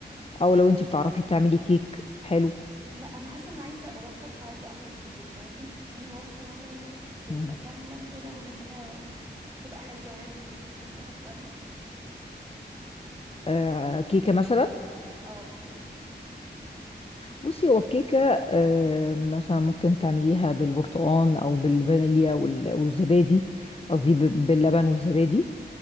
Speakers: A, on the left; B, on the right.
A: أو لو انتي بتعرفي تعملي كيك حلو
B: لا انا حاسه ان عايزه اوفر فعايزه اعمل في البيت فممكن تديني وصفه مثلا تبقى
A: مم.
B: سهله كده اعملها وتبقى حلوه يعني الناس تحبها
A: آه كيكة مثلا
B: او كيكه
A: بصي هو الكيكة آه مثلا ممكن تعمليها بالبرتقال أو بالفانيليا وال... والزبادي قصدي ب- باللبن والزبادي